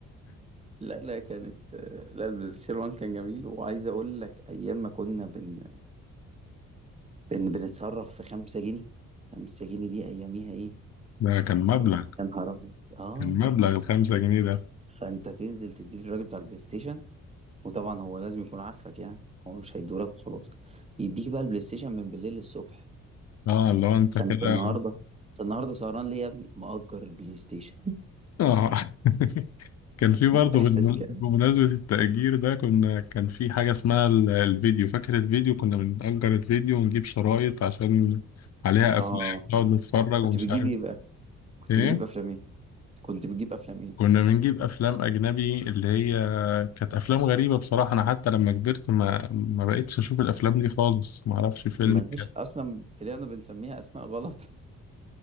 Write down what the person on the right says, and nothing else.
لا لا كانت لا البلايستيشن 1 كان جميل وعايز اقول لك ايام ما كنا بن... بن... بنتصرف في 5 جنيه 5 جنيه دي اياميها ايه
يا نهار ابيض اه
فانت تنزل تديه للراجل بتاع البلاي ستيشن وطبعا هو لازم يكون عارفك يعني هو مش هيدولك وخلاص يديك بقى البلاي ستيشن من بالليل للصبح
فانت النهارده انت النهارده سهران ليه يا ابني مأجر البلاي ستيشن
<laughs> احساس
كده
اه
كنت
بتجيب
ايه بقى كنت
بتجيب افلام ايه كنت بتجيب افلام ايه
ملهاش
اصلا طلعنا بنسميها اسماء غلط <laughs>